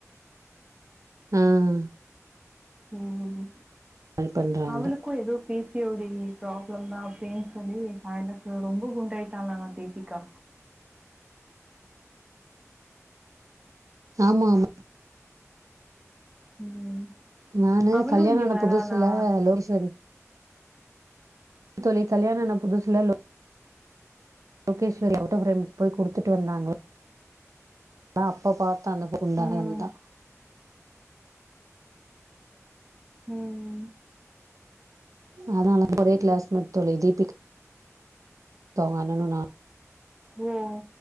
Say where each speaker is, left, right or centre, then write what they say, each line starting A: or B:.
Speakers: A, on the right (about 85°); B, on the right (about 20°).
A: ம்
B: ம்
A: கால் பண்றாங்க
B: அவளுக்கும் ஏதோ பிசி ஓடி ப்ராப்ளம் தான் அப்பிடின்னு சொல்லி ரொம்ப குண்டாயிட்டாளா தீபிகா
A: ஆமா ஆமா
B: ம்
A: நானு
B: அவளும்
A: கல்யாண
B: இங்க
A: ஆன
B: வராளா
A: புதுசுல லோகேஸ்வரி தோழி கல்யாணம் ஆன புதுசுல லோகேஷ்வரி அவுட்டோ <unintelligible> குடுத்துட்டு வந்தாங்க நான் அப்ப பாத்த அந்த உண்டாகந்தா
B: ம் ம்ம்
A: ஆனா ஒரே
B: சரி.
A: கிளாஸ்மேட் தோழி தீபிகா அவுக அண்ணனு நானு
B: ம்